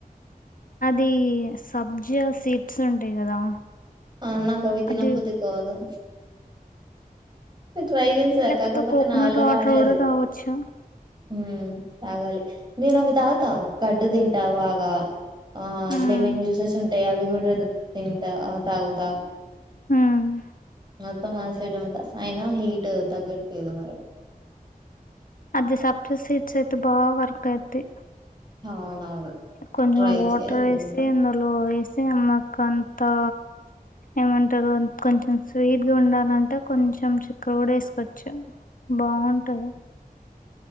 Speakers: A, on the left (about 65°); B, on the right (about 30°).
A: అది సబ్జా సీడ్స్ ఉంటాయి కదా.
B: ఆ నాకవితినబుద్ధి
A: అది
B: కాదు. ట్రై చేసా
A: లేకపోతే
B: కాకపోతే
A: కోకోనట్
B: నా వల్ల
A: వాటర్
B: కావట్లేదు.
A: కూడా తాగొచ్చు
B: హ్మ్ తాగలి నేనవి తాగ్తా కర్డు తింటా బాగా ఆ
A: ఉమ్,
B: లెమన్ జ్యూసెస్ ఉంటాయి అవి కూడా తింటా తాగుతా.
A: హ్మ్.
B: మొత్తం ఆసిడ్ ఉంటా అయినా హీట్ తగట్లేదు మరి.
A: అది సబ్జా సీట్స్ అయితే బాగా వర్క్ అయితయ్.
B: అవునవును.
A: కొంచెం
B: ట్రై
A: వాటర్
B: చేయాలి
A: ఏసి అందులో వేస్. అమ్మక్క అంతా ఏమంటారు కొంచెం స్వీట్గా ఉండాలంటే కొంచం. కొంచం చిక్ర కుడా వేసుకోవచ్చు బాగుంటది.